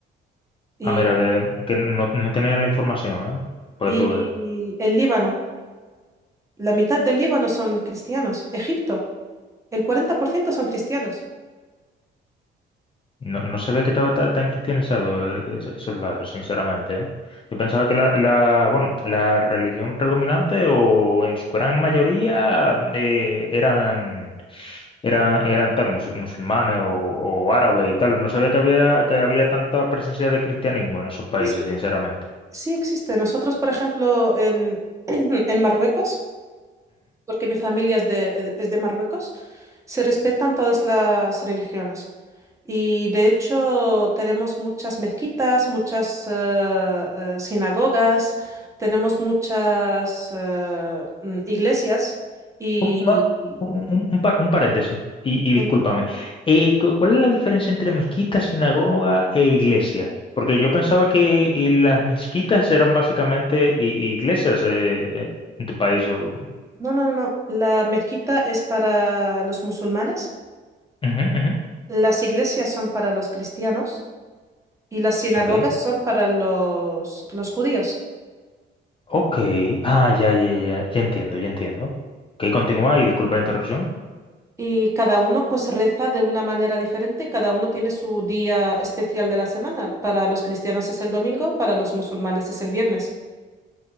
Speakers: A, on the right; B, on the left.
A: Y,
B: Ah, mira, que, que no, no tenía la información, ¿eh? Porque
A: y
B: tú ves.
A: el Líbano, la mitad del Líbano son cristianos. Egipto, el 40% son cristianos.
B: No, no se ve que estaba ta- tan cristianizado eh, es- esos lares, sinceramente, ¿eh? Yo pensaba que la, la, bueno, la religión predominante o en su gran mayoría eh, eran, eran, eran tal, mus- musulmanes o, o árabes y tal. No se ve que había, que había tanta presencia de cristianismo en esos países,
A: Sí, sí,
B: sinceramente.
A: sí existe. Nosotros, por ejemplo, en, <clears throat> en Marruecos, porque mi familia es de, es de Marruecos, se respetan todas las religiones. Y de hecho tenemos muchas mezquitas, muchas eh, eh, sinagogas, tenemos muchas eh, mm, iglesias y...
B: Un, una-
A: y-
B: un- un par- un paréntesis, y, y discúlpame.
A: dime.
B: Eh, cu- ¿cuál es la diferencia entre mezquita, sinagoga e iglesia? Porque yo pensaba que eh, las mezquitas eran básicamente i- iglesias eh, eh, en tu país. o-
A: No, no, no, la mezquita es para los musulmanes,
B: Ujú, ujú.
A: las iglesias son para los cristianos y las sinagogas
B: Ok.
A: son para los, los judíos.
B: Ok. Ah, ya, ya, ya. Ya entiendo, ya entiendo. Ok, continúa y disculpa la interrupción.
A: Y cada uno pues reza de una manera diferente, cada uno tiene su día especial de la semana. Para los cristianos es el domingo, para los musulmanes es el viernes.